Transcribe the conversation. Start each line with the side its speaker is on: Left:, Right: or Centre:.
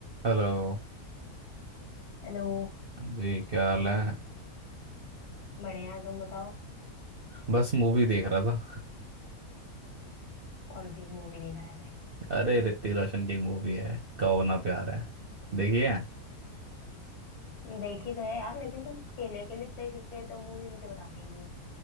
Right: हेलो
Left: Hello
Right: जी क्या हाल है
Left: बढ़िया तुम बताओ
Right: बस मूवी देख रहा था
Left: कौन सी मूवी देख रहे थे
Right: अरे ऋतिक रोशन की एक मूवी है कहो ना प्यार है देखिए
Left: देखी तो है यार लेकिन तुम अकेले अकेले देख लेते हो मूवी मुझे बताते ही नहीं हो